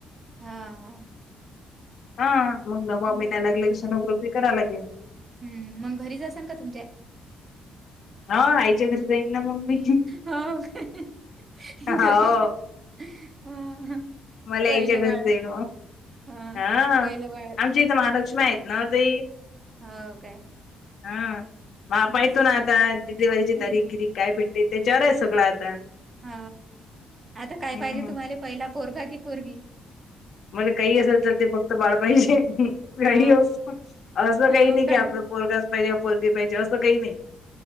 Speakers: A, on the right; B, on the left.
A: हा..
B: हा मग न वामनाय
A: बरोबर
B: लागले सनोग्रोपी कराव लागेल
A: हम्म मग घरीचाल का तुमच्या
B: हा आयच्या घरी जाईन ना मम्मी
A: हो काय
B: होा
A: घरी काय हा हा
B: मला
A: पहिलं
B: यायच्या घरीच
A: बाळ
B: आहेल
A: हां,
B: हा
A: पहिलं बाळ
B: आम थ महालक्ष्मी आहेत ना ते
A: हो काय
B: हा मपाई
A: मस्त
B: तो ना
A: आहे.
B: डिलिव्हीची
A: हं,
B: तारीखगिरी काय भेटते त्याच्यावर आहे सगळं आता
A: ह आता काय
B: हम्म
A: पाहिजे तुम्हाला पहिला पोरगा की पोरगी
B: म्हज काही असेल तर ते फक्त बाळ पाहिजे काही
A: हो,
B: असं
A: हो
B: काही नाही की
A: काय?
B: आपलं पोरगाच पाहिजे पोरगी पाहिजे असं काही नाही